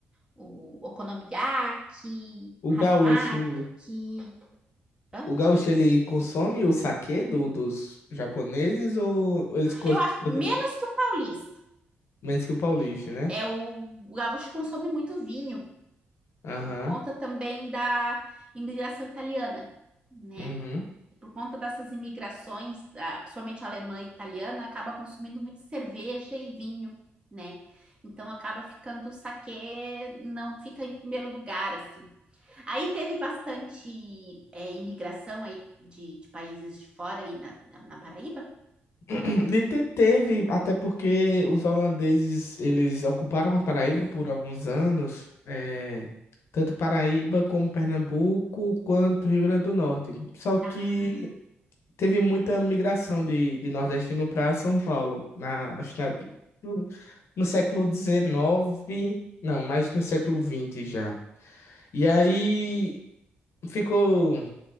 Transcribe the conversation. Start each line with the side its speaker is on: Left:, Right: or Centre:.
Right: o okonomiyaki,
Left: O
Right: harumaki.
Left: gaúcho,
Right: Hã?
Left: o gaúcho ele consome o saquê do, dos japoneses ou eles cons-
Right: Eu acho
Left: consomem
Right: menos que o paulista,
Left: menos que o paulista,
Right: né?
Left: né?
Right: É o, o gaúcho consome muito vinho,
Left: Aham.
Right: Por conta também da imigração italiana, né?
Left: Uhum.
Right: Por conta dessas imigrações, ah, principalmente alemã e italiana, acaba consumindo muito cerveja e vinho, né? Então acaba ficando o saquê, não fica em primeiro lugar, assim. Aí teve bastante é, imigração aí de, de países de fora aí na, na Paraíba.
Left: <clears throat> De ter- teve, até porque os holandeses, eles ocuparam
Right: Ah, os
Left: a Paraíba
Right: holandeses.
Left: por alguns anos, é, tanto Paraíba como Pernambuco, quanto Rio Grande do Norte. Só que
Right: Ah,
Left: teve muita migração de, de nordestino para São Paulo, na, acho que na- no, no século XIX, não, mas no século XX já. E aí ficou.